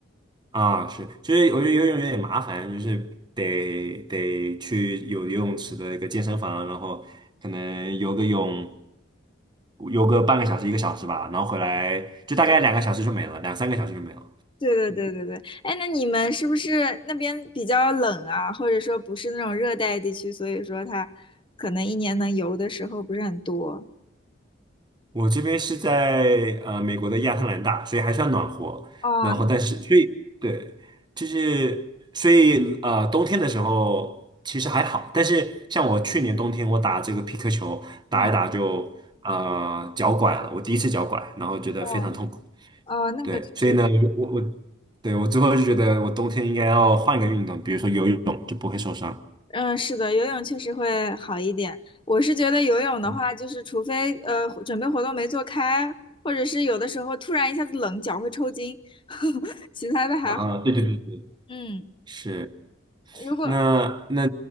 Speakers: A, on the right (about 25°); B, on the left (about 25°).
A: 啊，是，就是我觉得游泳有点麻烦，就是得得去有游泳池的一个健身房，然后可能游个泳，游个半个小时一个小时吧，然后回来就大概两个小时就没了，两三个小时就没了。
B: 对对对对对，哎，那你们是不是那边比较冷啊？或者说不是那种热带地区，所以说它可能一年能游的时候不是很多。
A: 我这边是在呃美国的亚特兰大，所以还算暖和。
B: 哦，
A: 然后，
B: 那
A: 但是所以对，就是所以呃冬天的时候其实还好，但是像我去年冬天我打这个皮克球，打一打就呃脚拐了，
B: 嗯，
A: 我第一次脚拐，然后觉得非常痛苦。
B: 哦哦，那个确实。
A: 对，所以呢，我我对我最后就觉得我冬天应该要换一个运动，比如说游泳就不会受伤。
B: 嗯，是的，游泳确实会好一点。我是觉得游泳的话，
A: 嗯
B: 就是除非呃准备活动没做开，或者是有的时候突然一下子冷，脚会抽筋，<laughs> 其他的还好。
A: 啊，对对对对，
B: 嗯，
A: 是。
B: 如果
A: 那那